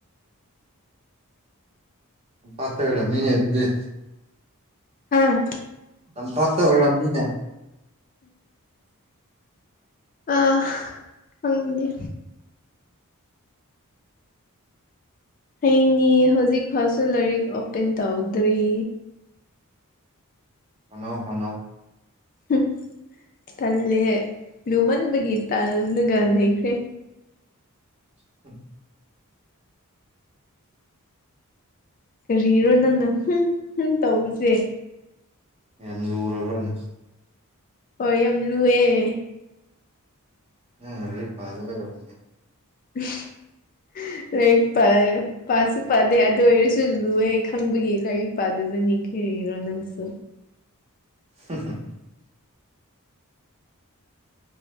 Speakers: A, on the right; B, on the left.
A: ꯄꯠꯇ ꯑꯣꯏꯔꯝꯅꯤꯅꯦ ꯑꯗꯨꯗꯤ
B: ꯍꯥꯥ
A: ꯂꯝꯄꯥꯛꯇ ꯑꯣꯏꯔꯝꯅꯤꯅꯦ
B: ꯑ ꯍꯪꯗꯤ ꯍꯌꯦꯡꯅꯤ ꯍꯧꯖꯤꯛ ꯐꯥꯁꯨ ꯂꯥꯏꯔꯤꯛ ꯑꯣꯄꯦꯟ ꯇꯧꯗ꯭ꯔꯤ
A: ꯍꯣꯅꯧ ꯍꯣꯅꯩ
B: ꯍꯨꯝ ꯇꯜꯂꯦ ꯂꯨꯃꯟꯕꯒꯤ ꯇꯜꯂꯒ ꯂꯩꯈ꯭ꯔꯦ
A: <inaudible>
B: ꯀꯔꯤꯔꯣ ꯅꯪꯅ ꯍꯨꯝ ꯍꯨꯝ ꯇꯧꯕꯁꯦ
A: ꯌꯥꯝ ꯂꯨꯔꯕ꯭ꯔꯅ
B: ꯍꯣꯏ ꯌꯥꯝ ꯂꯨꯑꯦ
A: ꯅꯪ ꯂꯔꯤꯛ ꯄꯥꯥꯗꯕꯩ ꯑꯣꯏꯔꯝꯅꯤ
B: <unintelligible> ꯂꯥꯏꯔꯤꯛ ꯄꯥ ꯄꯥꯥꯁꯨ ꯄꯥꯗꯦ ꯑꯗꯨ ꯑꯣꯏꯔꯁꯨ ꯂꯨꯑꯦ ꯈꯪꯕꯒꯤ ꯂꯥꯏꯔꯤꯛ ꯄꯥꯗꯨꯕꯅꯤ ꯀꯩ ꯄꯤꯔꯣ ꯅꯪꯁꯨ
A: <unintelligible>